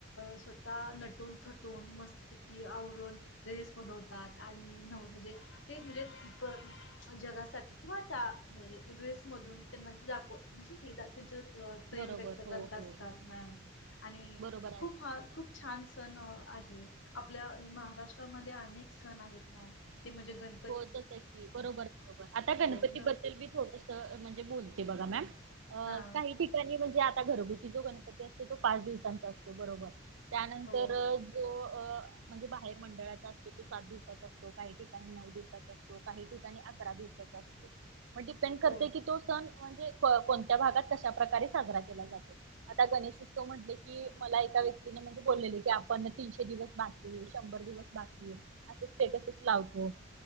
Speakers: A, on the left (about 65°); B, on the right (about 70°).
A: स्वतः नटून थटून मस्तीपैकी आवरून. रेस बनवतात आणि नवह म्हणजे. ते म्हणजे जगासाठी किंवा त्या म्हणजे रेस मधून त्यांना दाखव म्हणजे हे तु प्रेम
B: बरोबर
A: व्यक्त
B: हो
A: करत असतात
B: हो
A: मॅम आणि
B: बरोबर आहे
A: खूप हा खूप खूप छान सण आहे आपल्या महाराष्ट्रामध्ये अनेक सण आहेत. ते म्हणजे गण
B: हो जस की बरोबर बरोबर आता गणपती
A: न
B: बद्दल मी थोड म्हणजे बोलते बघा मम
A: हां
B: काही ठिक त्याणी म्हणजे आता घरगुती जो गणपती असतो तो पाच दिवसांचा असतो बरोबर त्यानंतर
A: हो
B: जो म्हणजे बाहेर मंडळाचा असतो तो सात दिवसाचा असतो काही ठिकाणी नऊ ठा अव ं तो स <unintelligible> म्हणजे
A: हो
B: कोणत्या भागात कशा प्रकारे साजरा केला जातो आता गणेश म्हट की मला एका व्यक्तीने म्हणजे बोलले की आपण तीनशे दिवस बातली शंभर दिवस बाकी असं तेटसच लावतो